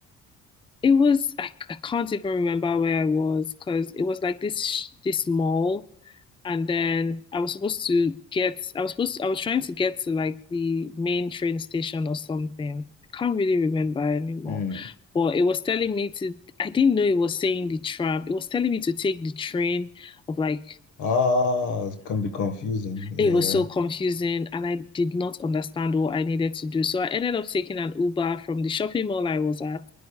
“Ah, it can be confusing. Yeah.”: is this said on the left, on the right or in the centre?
Left